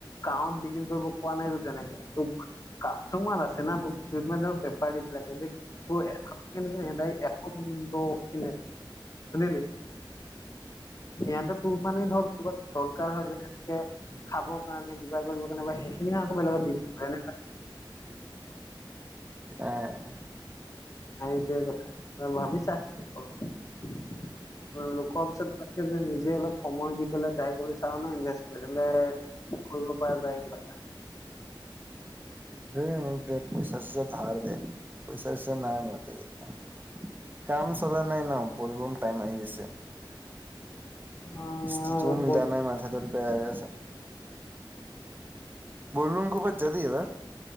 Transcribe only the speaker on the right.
হয়।
এ মোক দে পইচা-চইচা ধাৰে দে, পইচা-চইচা নাই মোৰ তাত এতিয়া। কাম চলা নাই ন' বুলবম টাইম আহি দিছে।
কিস্তিটো মিলা
নাই মাথাটো বেয়া হৈ আছে। বলবোম কবাত যাবি এবাৰ।